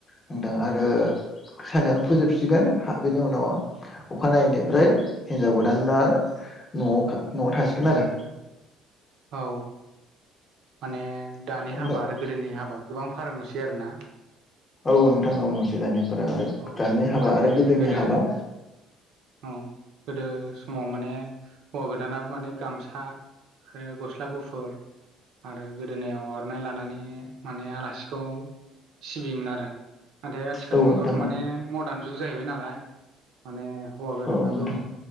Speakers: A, on the left; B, on the right.
A: नोंथां आरो सानसेयावनो फोजोबसिगोन बेनि उनाव अखानायैनिफ्राय हिनजाव गोदान आरो न'वाव न'वाव थासिगोन आरो।
B: औ माने दानि
A: ओमफ्राय
B: हाबा आरो गोदोनि हाबा गोबां फारागनुसै आरोना?
A: औ नोंथां औ नुसै दानि फाराग आरो
B: औ
A: दानि हाबा
B: माने
A: आरो गोदोनि
B: गोदो
A: हाबा
B: औ गोदो समाव माने हौवा गोदाना माने गामसा आरो गस्ला गुफुर आरो गोदोनायाव आरो र'नाय लानानै माने आलासिखौ सिबियोमोन आरो। नाथाय आथिखालनि
A: औ
B: मुगायावथ'
A: नोंथां औ
B: माने मदार्न जुग जाहैबाय नालाय माने हौवा गोदानाबो
A: औ नोंथां